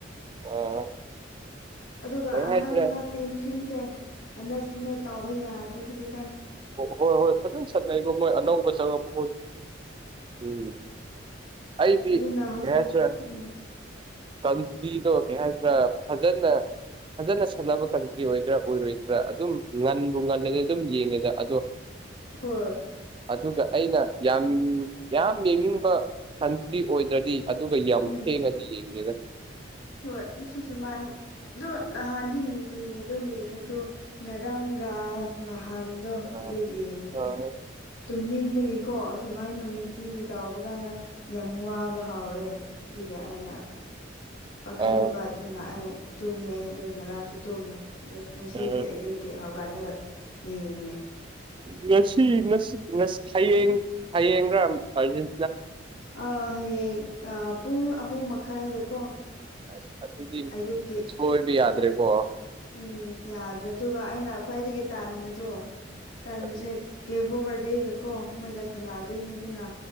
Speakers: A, on the right (about 25°); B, on the left (about 85°).
A: ꯑ
B: ꯑꯗꯨꯒ
A: ꯀꯩ
B: ꯑꯍꯥꯟꯕ
A: ꯍꯥꯏꯁꯤꯔꯦ
B: ꯇꯤꯝꯁꯤꯡꯁꯦ ꯑꯟꯁ ꯃ ꯇꯥꯎꯕ ꯌꯥꯗ꯭ꯔꯦ ꯍꯧꯖꯤꯛ
A: ꯑꯣ ꯍꯣꯏ ꯍꯣꯏ ꯐꯖꯅ ꯁꯠꯅꯩꯔꯤꯕ ꯃꯣꯏ ꯑꯅꯧꯕ ꯆꯪꯉꯛꯄꯣꯏ ꯎꯝ ꯑꯩꯗꯤꯤ
B: ꯑꯗꯨꯅ ꯍꯧꯖꯤꯛ
A: ꯀꯦ ꯆ
B: ꯎꯝ
A: ꯀꯟꯇ꯭ꯔꯤꯗꯣ ꯀꯩ ꯍꯥꯏꯗ꯭ꯔꯥ ꯐꯖꯅ ꯐꯖꯅ ꯁꯥꯟꯅꯕ ꯀꯟꯇ꯭ꯔꯤ ꯑꯣꯏꯗ꯭ꯔꯥ ꯑꯣꯏꯔꯣꯏꯗ꯭ꯔꯥ ꯑꯗꯨꯝ ꯉꯟꯕꯨ ꯉꯟꯅꯂꯗꯤ ꯑꯗꯨꯝ ꯌꯦꯡꯉꯦꯗ ꯑꯗꯣ
B: ꯍꯣꯏ
A: ꯑꯗꯨꯒ ꯑꯩꯅ ꯌꯥꯝ ꯌꯥꯝ ꯌꯦꯡꯅꯤꯡꯕ ꯀꯟꯇ꯭ꯔꯤ ꯑꯣꯏꯗ꯭ꯔꯗꯤ ꯑꯗꯨꯒ ꯌꯥꯝ
B: ꯎꯝ
A: ꯊꯦꯡꯅꯗꯤ ꯌꯦꯡꯉꯦꯗ
B: ꯍꯣꯏ ꯁꯤꯁꯨ ꯃꯥꯥꯏ ꯑꯗꯣ ꯅꯍꯥꯟꯗꯤ ꯅꯨꯡꯇꯤꯡꯉꯦ ꯑꯗꯨꯝ ꯌꯦꯡꯉꯦ ꯑꯗꯣ ꯉꯔꯥꯡꯒ ꯅꯍꯥꯟ ꯅꯍꯥꯟꯗꯣ
A: ꯑ
B: ꯑꯗꯨ ꯌꯦꯡꯗ꯭ꯔꯦ
A: ꯑ
B: ꯇꯨꯝꯅꯤꯡꯕꯒꯤꯀꯣ ꯁꯨꯃꯥꯏꯅ ꯅꯨꯡꯇꯤꯒꯤ ꯇꯥꯎꯕ ꯀꯥꯟꯗ ꯌꯥꯝ ꯋꯥꯕ ꯍꯥꯎꯔꯦ ꯑꯗꯨꯒꯤ ꯑꯩꯅ ꯄꯥꯈꯠꯂꯨꯕ
A: ꯑ
B: ꯑꯗꯨꯅ ꯑꯩ ꯇꯨꯝꯃꯦ ꯑꯗꯨ ꯉꯔꯥꯡ ꯥꯟ ꯇꯨꯝꯃꯦ ꯑꯗꯣ ꯉꯁꯤꯒꯤ
A: ꯑ
B: ꯑꯌꯨꯛꯀꯤ ꯍꯧꯀꯜꯂꯒ ꯌꯦꯡꯉꯦ
A: ꯉꯁꯤ ꯉꯁꯤꯁꯤ ꯍꯌꯦꯡ ꯍꯌꯦꯡꯒꯔꯥ ꯑꯥꯔꯖꯦꯟ
B: ꯑ ꯍꯌꯦꯡ ꯄꯨꯡ ꯑꯍꯨꯝ ꯃꯈꯥꯏꯗꯀꯣ
A: ꯑꯁ ꯑꯗꯨꯗꯤ
B: ꯑꯌꯨꯛꯀꯤ
A: ꯁꯣꯏꯕ ꯌꯥꯗ꯭ꯔꯦꯀꯣ
B: ꯎꯝ ꯌꯥꯗ꯭ꯔꯦ ꯑꯗꯨꯒ ꯑꯩꯅ ꯈ꯭ꯋꯥꯏꯗꯒꯤ ꯇꯥꯟꯕꯗꯣ ꯇꯥꯟꯕꯁꯦ
A: ꯑꯗꯨ
B: ꯀꯦꯕꯣ ꯕꯔꯗꯦꯒ ꯀꯣ ꯃꯣꯏꯒ ꯁꯥꯟꯅꯗꯣꯏꯅꯦ ꯑꯗꯨꯅ